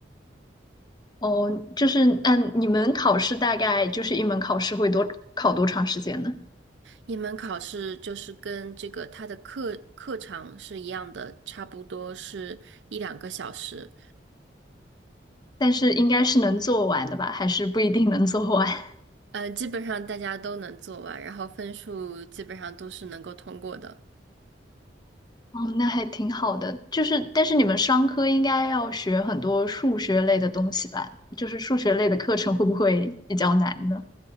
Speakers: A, on the left; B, on the right.
A: 哦，就是嗯，你们考试大概就是一门考试会多考多长时间呢？
B: 一门考试就是跟这个它的课课程是一样的，差不多是一两个小时，
A: 但是应该是能做完的吧，还是不一定能做完？<laughs>
B: 呃，基本上大家都能做完，然后分数基本上都是能够通过的。
A: 哦，那还挺好的。就是，但是你们商科应该要学很多数学类的东西吧？就是数学类的课程会不会比较难呢？